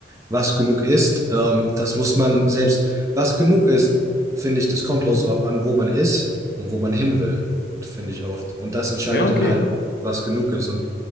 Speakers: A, on the right; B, on the left.
A: Was genug ist, ähm, das muss man selbst, was genug ist, finde ich, das kommt
B: Mhm.
A: auch so ab an, wo man ist und wo man hin will, finde ich oft. Und das entscheidet
B: Ja, okay.
A: dann halt, was genug ist. Und